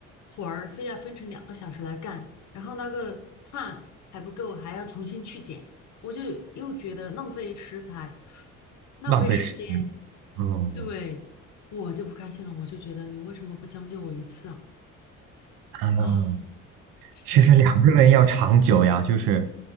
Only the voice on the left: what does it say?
活儿，非要分成两个小时来干，然后那个碳还不够，还要重新去捡，我就又觉得浪费食材，浪费时间，
对，我就不开心了，我就觉得你为什么不将就我一次啊？
啊，是这样子